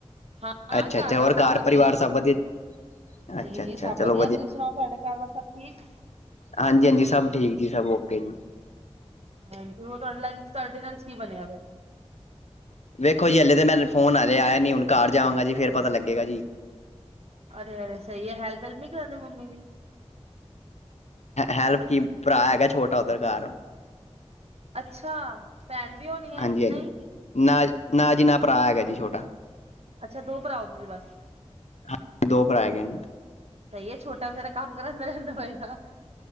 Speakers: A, on the right; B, on the left.
A: ਹਾਂ।
B: ਅੱਛਾ-ਅੱਛਾ
A: ਘਰ ਬਾਰ
B: ਹੋਰ
A: ਸਭ ਵਧੀਆ।
B: ਪਰਿਵਾਰ ਸਭ ਵਧੀਆ ਅੱਛਾ-ਅੱਛਾ
A: ਜੀ ਜੀ ਸਭ
B: ਚਲੋ
A: ਵਧੀਆ। ਤੁਸੀਂ ਸੁਣਾਓ ਤੁਹਾਡੇ ਘਰ ਵਾਰ ਸਭ ਠੀਕ?
B: ਹਾਂਜੀ- ਹਾਂਜੀ ਸਭ ਠੀਕ ਜੀ ਸਭ, ਓਕੇ ਜੀ।
A: ਹਾਂਜੀ। ਉਹ ਤੁਹਾਡੇ ਲੰਚ ਤੁਹਾ ਡਿਨਰ ਚ ਕੀ ਬਣਿਆ ਫ?
B: ਵੇਖੋ ਜੀ, ਹਲੇ ਤਾਂ ਮੈਂ ਫੋਨ ਆਵਾ ਆਆ ਨੀ। ਹੁਣ ਘਰ ਜਾਵਾਂਗਾ ਜੀ ਫੇਰ ਪਤਾ ਲੱਗੇਗਾ ਜੀ।
A: ਅਰੇ- ਅਰੇ ਸਹੀ ਹੈਲਮ -ਹਲ ਨੀ ਕਰਾਉਂਦੇ ਮੰਮੀ ਦੀ।
B: ਹੈਲਪ ਕੀ ਭਰਾ ਹੈਗਾ ਛੋਟਾ ਉਧਰ ਘਰ।
A: ਅੱਛਾ! ਭੈਣ ਵੀ ਹੋਣੀ ਹੈ
B: ਹਾਂਜੀ-ਹਾਂਜੀ
A: ਨਹੀਂ।
B: ਨਾ ਨਾ ਜੀ ਨਾ ਭਰਾ ਹੈਗਾ ਜੀ ਛੋਟਾ।
A: ਅੱਛਾ। ਦੋ ਭਰਾਓ ਤੁਸੀਂ ਬਸ।
B: ਹਾਂ। ਦੋ ਭਰਾ ਹੈ ਗਏ।
A: ਤਾਂ ਇਹ ਛੋਟਾ ਵਿਚਾਰਾ ਕੰਮ ਕਰਾ ਮ ਰਹਿੰਦਾ ਹੋਏਗਾ।